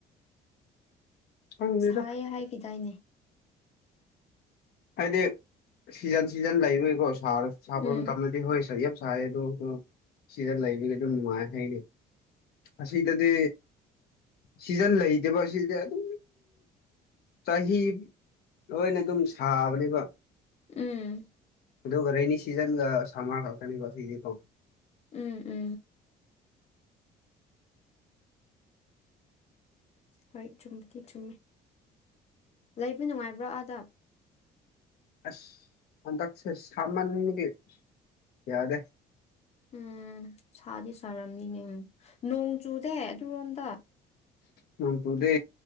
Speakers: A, on the left (about 70°); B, on the left (about 40°).
A: ꯈꯪꯗꯦꯗ
B: ꯁꯥꯏꯌꯦ ꯍꯥꯏꯈꯤꯗꯥꯏꯅꯦ
A: ꯍꯥꯏꯗꯤ ꯁꯤꯖꯟ ꯁꯤꯖꯟ ꯂꯩꯕꯒꯤꯀꯣ ꯁꯥꯕ
B: ꯎꯝ
A: ꯃꯇꯝꯗꯗꯤ ꯍꯣꯏ ꯁ ꯌꯥꯝ ꯁꯥꯏ ꯑꯗꯨ ꯑꯣꯢꯔꯁꯨ ꯁꯤꯗ ꯂꯩꯕꯒꯤꯗꯨ ꯅꯨꯡꯉꯥꯏ ꯍꯥꯏ ꯑꯁꯤ ꯏꯗꯗꯤ ꯁꯤꯖꯟ ꯂꯩꯇꯦꯕ ꯑꯁꯤꯗꯤ ꯑꯗꯨ ꯆꯍꯤ ꯂꯣꯏꯅ ꯑꯗꯨꯝ ꯁꯥꯕꯅꯦꯕ
B: ꯎꯝ
A: ꯑꯗꯨꯒ ꯔꯦꯅꯤ ꯁꯤꯖꯟꯒ ꯁꯝꯃꯔ ꯈꯛꯛꯇꯅꯦꯕ ꯁꯤꯗꯤ ꯐꯧ
B: ꯎꯝ ꯎꯝ ꯍꯣꯏ ꯆꯨꯝꯒꯤ ꯆꯨꯝꯃꯤ ꯂꯩꯕ ꯅꯨꯡꯉꯥꯏꯕ꯭ꯔꯣ ꯑꯥꯗ
A: ꯑꯁ ꯍꯟꯗꯛꯁꯦ ꯁꯝꯃꯥꯟꯒꯤ ꯌꯥꯗꯦ
B: ꯎꯝ ꯁꯥꯗꯤ ꯁꯥꯔꯝꯅꯤꯅꯦꯨ ꯅꯣꯡ ꯆꯨꯗꯦ ꯑꯗꯨꯔꯣꯝꯗ
A: ꯅꯣꯡ ꯇꯨꯔꯗꯦ